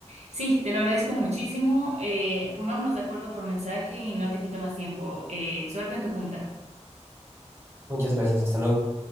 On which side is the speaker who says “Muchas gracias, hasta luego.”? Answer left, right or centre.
Right